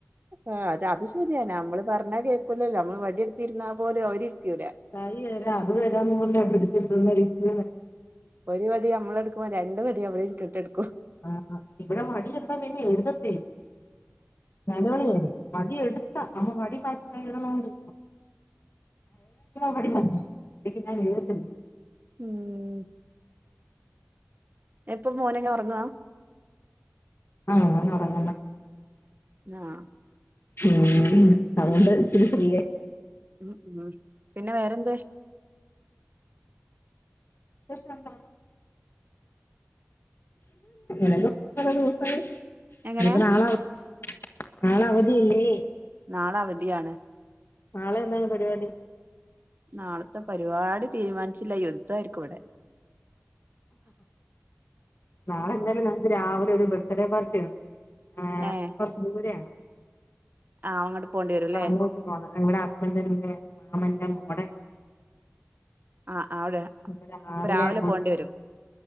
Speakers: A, on the right; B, on the left.
A: ആ അത് അത് ശരിയാണ് നമ്മള് പറഞ്ഞ കേക്കൂലല്ലോ നമ്മൾ വടിയ എടുത്തിരുന്നാൽ പോലും അവരിരിക്കൂല
B: തൈ തരാ അത് തരാന്ന് മുന്നേ പിടിച്ചിടുന്ന്രിച്ച
A: ഒരു പടി നമ്മള എടുക്കുമ്പോ രണ്ട് പടി അമ്മളട്ടടുക്കും
B: ആ ഇവിടെ മടി എന്താ പിന്നെ എഴുതത്തി നിലവിളിയല്ല
A: ഉം
B: വടി എടുത്ത നമ്മ വടി പാറ്റണ ന എഴുതാമ്മ മടി വ അക്ക് നഞൻ എഴുതി
A: ഉം ഇപ്പൊ മോനൊക്കെ ഒറങ്ങുവാ
B: ആഹ ഞ്ഞ <unintelligible>
A: ആഹ
B: ഉ അതുകൊണ്ട് ഇച്ചിരി ശരിയായി
A: ഉ ഉം പിന്നെ വേറെന്താ
B: ശഷന ത <unintelligible> ന ദിവസം
A: എങ്ങനെ
B: ഇെ ആള <unintelligible> നാള അവധി ഇല്ലേ
A: നാള അവധിയാണ്
B: നാളെ എന്താണ് പരിപാടി
A: നാളത്തെ പരിപാടി തീരുമാനിച്ചില്ല യുദ്ധയിരിക്കും ഇവിടെ
B: നാളെ എന്തായാലും നമക്ക് രാവിലെ ഒരു ബർത്ത്ഡേ പാർട്ടി ഉണ്ട് ആ
A: ഏഹ്
B: പറശ്പൂര ആാണ്
A: ആഹ് അങ്ങോട്ട് പോണ്ടി വരും അല്ലേ
B: അങ്ങോട്ട് പോണം അവിടെ ഹസ്ബൻറിിന്റെ മാമറെ കടെ
A: ആഹ് അവിടെ
B: അപ്പ രാവിലെ
A: ഇപ്പൊ
B: അങ്ങോട്ട്
A: പോണ്ടി
B: പോ
A: വരും